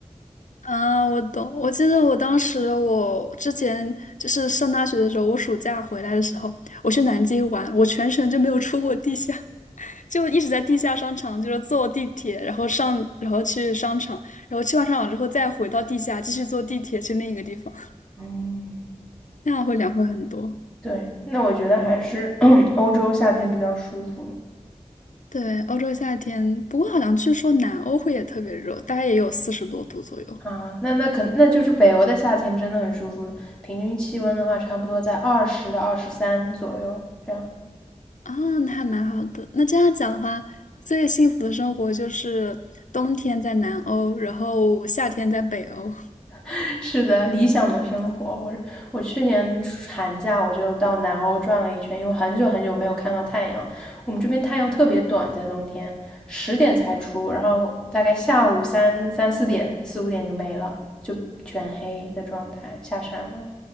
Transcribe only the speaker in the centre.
嗯，
对，那我觉得还是 <clears throat> 欧洲夏天比较舒服。
啊，那那可那就是北欧的夏天真的很舒服，平均气温的话，差不多在二十到二十三左右这样。
<laughs> 是的，理想的生活。我我去年寒假我就到南欧转了一圈，因为很久很久没有看到太阳。我们这边太阳特别短，在冬天十点才出，然后大概下午三三四点四五点就没了，就全黑的状态，下山了。